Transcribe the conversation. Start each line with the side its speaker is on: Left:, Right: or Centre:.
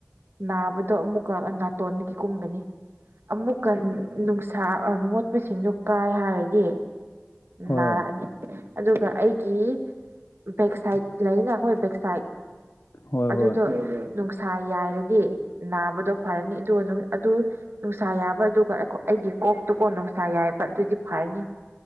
Right: ꯅꯥꯕꯗꯣ ꯑꯃꯨꯛꯀ ꯅꯥꯇꯣꯟꯒꯤ ꯀꯨꯝꯒꯅꯤ ꯑꯃꯨꯛꯀ ꯅꯨꯡꯁꯥ ꯃꯣꯠꯄꯁꯤꯡꯗꯣ ꯀꯥꯏ ꯍꯥꯏꯔꯗꯤ
Left: ꯍꯣꯏ
Right: ꯅꯥꯔꯛꯑꯅꯤ ꯑꯗꯨꯒ ꯑꯩꯒꯤ ꯕꯦꯛꯁꯥꯏꯠ ꯂꯩꯅ ꯑꯩꯈꯣꯏ ꯕꯦꯛꯁꯥꯏꯠ
Left: ꯍꯣꯏ
Right: ꯑꯗꯨꯗꯣ
Left: ꯍꯣꯏ
Right: ꯅꯨꯡꯁꯥ ꯌꯥꯏꯔꯗꯤ ꯅꯥꯕꯗꯣ ꯐꯔꯅꯤ ꯑꯗꯨꯒ ꯑꯗꯨ ꯅꯨꯡꯁꯥ ꯌꯥꯕ ꯑꯗꯨꯒ ꯑꯩꯒꯤ ꯀꯣꯛꯇꯨꯀꯣ ꯅꯨꯡꯁꯥ ꯌꯥꯏꯕ ꯑꯗꯨꯗꯤ ꯐꯔꯅꯤ